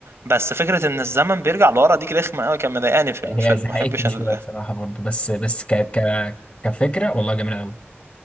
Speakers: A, on the right (about 85°); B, on the left (about 30°).
A: بس فكره ان الزمن بيرجع لورا دي رخمه قوي كان مضايقاني في
B: هي
A: الفيلم
B: زهقتني
A: ما بحبش ال...
B: شويه بصراحه برضو بس بس ك ك كفكره والله جميله قوي